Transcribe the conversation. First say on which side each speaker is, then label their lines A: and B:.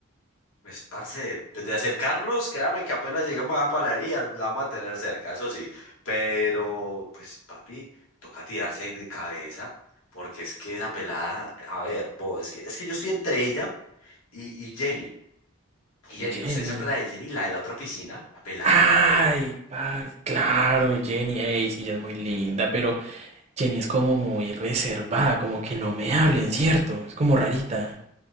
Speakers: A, on the left; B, on the right.
A: Pues, parce, desde acercarnos, créame que apenas lleguemos a la panadería, la vamos a tener cerca, eso sí. Pero, pues, papi, toca tirarse de cabeza, porque es que esa pelada, a ver, vos, es que, es que yo estoy entre ella y, y Jenny. Y Jenny,
B: Jenny.
A: ¿usted se acuerda de Jenny, la de la otra oficina? La pelada,
B: Ay,
A: la de,
B: parce, claro, Jenny, ey, sí, ella es muy linda, pero Jenny es como muy reservada, como que no me hablen, ¿cierto? Es como rarita.